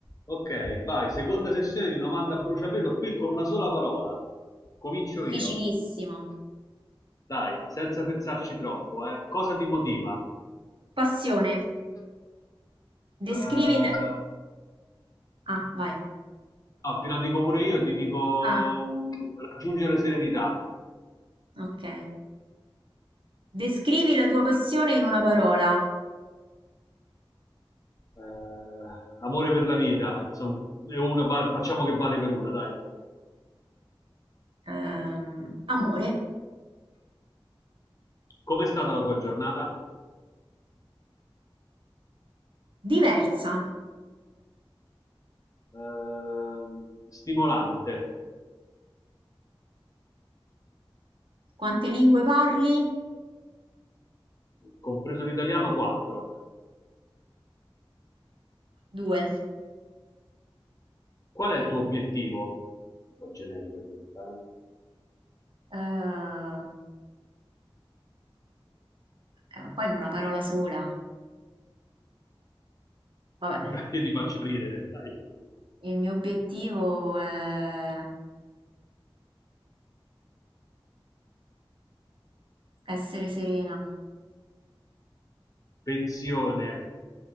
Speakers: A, on the left (about 40°); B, on the right (about 65°).
A: Ok, vai, seconda sessione di domanda a bruciapelo qui con una sola parola. Comincio
B: Difficilissimo.
A: io. Dai, senza pensarci troppo, eh. Cosa ti motiva?
B: Passione. Descrivi
A: Eh, no,
B: le- Ah, vai.
A: te la dico pure io, ti dico
B: Ah,
A: um, raggiungere serenità,
B: ok. Descrivi la tua passione in una parola.
A: Eh, amore per la vita, insomma, è una va- facciamo che vale per una, dai.
B: Ehm, amore.
A: Com'è stata la tua giornata?
B: Diversa.
A: Eh, stimolante,
B: Quante lingue parli?
A: compreso l'italiano 4.
B: Due.
A: Qual è il tuo obiettivo? Un po' generica questa, eh.
B: Eh, eh, poi in una parola sola. Vabbè,
A: <laughs> Dai, Io ti faccio ridere, dai.
B: il mio obiettivo è essere serena.
A: Pensione,